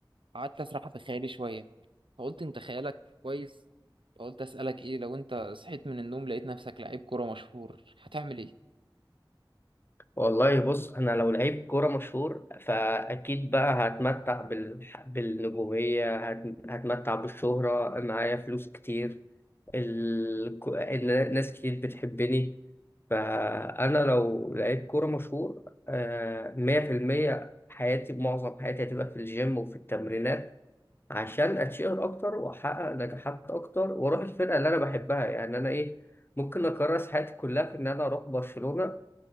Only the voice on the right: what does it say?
قعدت اسرح في خيالي شوية فقلت انت خيالك كويس فقلت اسألك ايه لو انت صحيت من النوم لقيت نفسك لعيب كورة مشهور هتعمل ايه